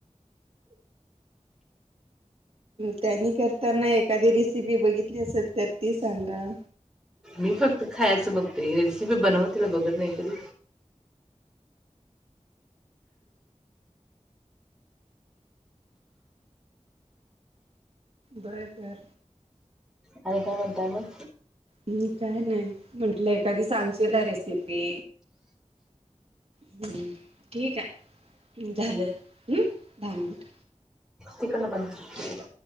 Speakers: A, on the right; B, in the centre.
A: त्यांनी करताना एखादी रेसिपी बघितली असेल तर ती सांगा.
B: मी फक्त खायचं बघते. रेसिपी बनवतेला बघत नाही कधी.
A: बर बर
B: आणि काय म्हणताय मग?
A: काय नाही. म्हंटलं एखादी सांगशीला रेसिपी. हम्म. ठीक आहे झालं. हम्म दहा मिनिट.
B: तिकडनं बंद कर.
A: केलं